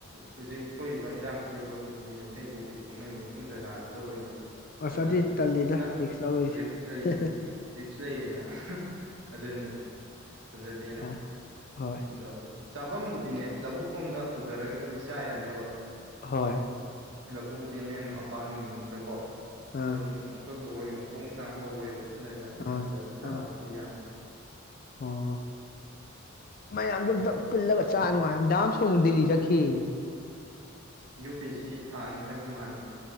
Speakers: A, on the right; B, on the left.
A: ꯍꯨꯖꯤꯛ ꯊꯣꯛꯏꯕ ꯏꯔꯥꯡ ꯊꯣꯛꯏꯕ ꯀꯨꯀꯤ ꯃꯇꯩ ꯀꯨꯀꯤ ꯊꯣꯛꯅꯩꯕ ꯃꯐꯝ ꯖꯒꯥꯗꯨꯗ ꯑꯣꯏꯕ
B: ꯑꯁ
A: ꯑꯗꯨꯗ
B: ꯑꯗꯨꯗꯤ ꯇꯜꯂꯤꯗ
A: ꯈꯤꯇꯪ
B: ꯔꯤꯛꯁ ꯂꯧꯔꯣꯏꯁꯦ
A: ꯔꯤꯛꯁ ꯂꯩ
B: <unintelligible>
A: ꯂꯩꯌꯦꯅ ꯍꯝ ꯑꯗꯨꯅꯤ ꯐꯖꯗꯦꯅ
B: ꯍꯣꯏ ꯍꯣꯏ
A: ꯑꯗꯣ ꯆꯥꯕꯝꯕꯨꯗꯤꯅꯦ ꯂꯧꯕꯨꯛ ꯂꯣꯝꯗ ꯄꯨꯊꯔꯒꯕꯨꯗꯤ ꯆꯥ ꯌꯥꯅꯦꯕ
B: ꯍꯣꯏ
A: ꯂꯕꯨꯨꯛ ꯀꯦꯅꯦꯅꯣ <unintelligible> ꯀꯣ ꯑꯗꯨꯝ
B: ꯑꯥ
A: ꯕꯣꯔꯣꯏ ꯃꯈꯣꯡ ꯐꯅꯥꯝ ꯍꯧꯋꯦꯕ ꯗ
B: ꯑꯥ
A: <unintelligible> ꯇꯥꯎꯔꯨꯕꯨꯗꯤ
B: ꯑꯥ
A: ꯌꯥꯅꯤ
B: ꯑꯣ ꯃꯌꯥꯝꯗꯣ ꯄꯨꯜꯂꯒ ꯆꯥꯅꯅꯨꯡꯉ ꯗꯥꯝ ꯁꯨ ꯗꯤꯜꯂꯤ ꯆꯠꯈꯤꯒꯦ
A: ꯄꯤꯁꯤ ꯊꯥꯅꯤ ꯍꯥꯏꯕ ꯃꯥꯜꯂꯦ